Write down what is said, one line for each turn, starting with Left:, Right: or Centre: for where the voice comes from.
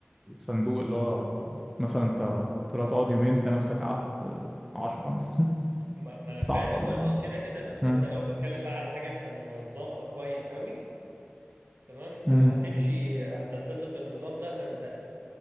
Centre: الصندوق اللي هو مثلا انت طلعت تقعد يومين تلاقي نفسك قعدت عشرة مثلا
Right: ما, ما أنا فاهم
Centre: صح ولا
Right: أه
Centre: إيه؟
Right: كده كده بس
Centre: امم
Right: أنت لو بتكلم بقى على حاجة أنت منظمها كويس قوي تمام
Centre: امم
Right: وهتمشي هتلتزم بالنظام ده فأنت